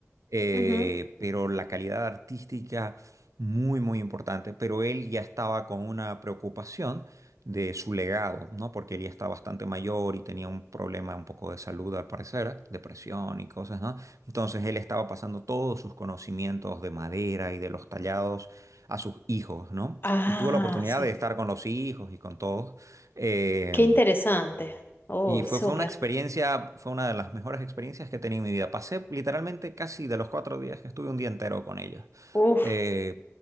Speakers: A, on the right; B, on the left.
A: eh,
B: Ujú.
A: pero la calidad artística muy, muy importante. Pero él ya estaba con una preocupación de su legado, ¿no? Porque él ya está bastante mayor y tenía un problema un poco de salud al parecer, depresión y cosas, ¿no? Entonces él estaba pasando todos sus conocimientos de madera y de los tallados a sus hijos, ¿no?
B: Ah,
A: Y tuvo la oportunidad
B: sí.
A: de estar con los hijos y con todos. Eh,
B: Qué interesante. Uy,
A: y fue,
B: súper.
A: fue una experiencia, fue una de las mejores experiencias que he tenido en mi vida. Pasé literalmente casi de los cuatro días que estuve un día entero con ellos.
B: Uf,
A: Eh,